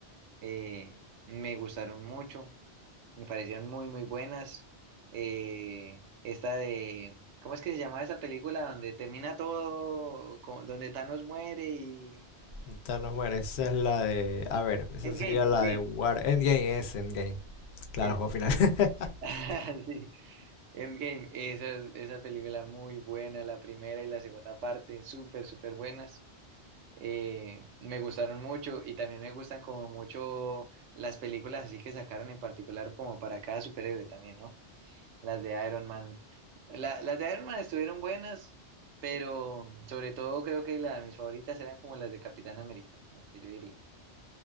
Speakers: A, on the right; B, on the left.
A: eh, me gustaron mucho, me parecieron muy, muy buenas. Eh, esta de, ¿cómo es que se llamaba esa película donde termina todo, como- donde Thanos muere y...
B: <laughs> Thanos muere. Esa es la de. A ver, esa
A: Endgame,
B: sería la
A: Endgame.
B: de War. Endgame es Endgame. Claro,
A: Es-
B: juego final. <laughs>
A: <laughs> sí, Endgame. Esa, es- esa película muy buena, la primera y la segunda parte, súper, súper buenas. Eh, me gustaron mucho y también me gustan como mucho las películas así que sacaron en particular como para cada superhéroe también, ¿no? Las de Iron Man. La- las de Iron Man estuvieron buenas, pero mm, sobre todo creo que la, mis favoritas eran como las de Capitán América, como que yo diría.